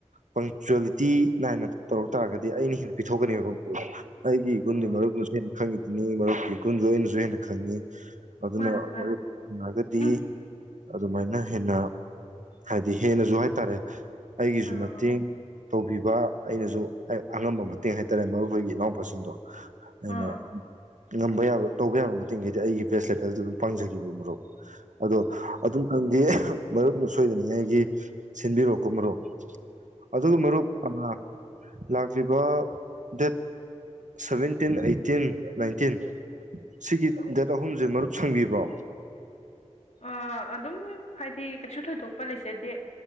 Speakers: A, on the right; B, on the left.
A: ꯄꯪꯆꯨꯜꯂꯤ ꯇꯤ ꯅꯥꯏꯅ ꯇꯧꯔꯛ ꯇꯥꯔꯒꯗꯤ ꯑꯩꯅ ꯍꯦ ꯍꯦꯟꯅ ꯄꯤꯊꯣꯛꯀꯅꯤꯕ
B: ꯑꯥ ꯑꯥ
A: ꯑꯩꯒꯤ ꯏꯒꯨꯟꯗꯤ
B: ꯑꯥ
A: ꯃꯔꯨꯞꯅꯁꯨ ꯍꯦꯟꯅ ꯈꯪꯉꯤ ꯅꯤ ꯃꯔꯨꯄꯀꯤ ꯑꯈꯣꯏ ꯂꯣꯢꯅꯁꯨ ꯍꯦꯟꯅ ꯈꯪꯉꯤ ꯑꯗꯨꯅ
B: ꯃꯥꯅꯦ ꯃꯥꯅꯦ
A: ꯃꯔꯨꯄ ꯐꯪꯉꯒꯗꯤ
B: ꯎꯝ
A: ꯑꯗꯨꯃꯥꯏꯅ ꯍꯦꯟꯅ ꯍꯥꯏꯗꯤ ꯍꯦꯟꯅꯁꯨ ꯍꯥꯏꯇꯥꯔꯦ ꯑꯩꯒꯤꯁꯨ
B: ꯑꯥ
A: ꯃꯇꯦꯡ ꯇꯧꯕꯤꯕ ꯑꯩꯅꯁꯨ ꯑꯉꯝꯕ ꯃꯇ ꯃꯇꯦꯡ ꯍꯥꯏꯇꯥꯔꯦ ꯃꯔꯨꯞ ꯍꯣꯏꯒꯤ ꯏꯅꯥꯎꯄꯥꯁꯤꯡꯗꯣ ꯑꯩꯅ
B: ꯑꯥ
A: ꯎꯝ ꯉꯝꯕ ꯌꯥꯕ ꯇꯧꯕ ꯌꯥꯕ ꯃꯇꯦꯡꯈꯩꯗꯤ ꯑꯩꯒꯤ ꯕꯦꯁ ꯂꯦꯚꯦꯜꯗ ꯑꯗꯨꯝ ꯄꯥꯡꯖꯒꯦꯕ ꯃꯔꯨꯞ ꯑꯗꯣ ꯑꯗꯨꯝꯇꯪꯗꯤ ꯑꯍ ꯃꯔꯨꯞꯅ ꯁꯣꯏꯗꯅꯤꯡꯉꯥꯏꯒꯤ ꯁꯤꯟꯕꯤꯔꯛꯑꯣꯀꯣ ꯃꯔꯨꯞ ꯑꯗꯨꯒ ꯃꯔꯨꯞ ꯑꯥ ꯂꯥꯛꯂꯤꯕ ꯗꯦꯠ ꯁꯚꯦꯟꯇꯤꯟ ꯑꯩꯠꯇꯤꯟ ꯅꯥꯏꯟꯇꯤꯟ ꯁꯤꯒꯤ ꯗꯦꯠ ꯑꯍꯨꯝꯁꯦ ꯃꯔꯨꯞ ꯁꯪꯕꯤꯕ꯭ꯔꯣ
B: ꯑ ꯑꯗꯨꯝ ꯍꯥꯏꯗꯤ ꯀꯩꯁꯨ ꯊꯣꯏꯗꯣꯛꯄ ꯂꯩꯖꯗꯦ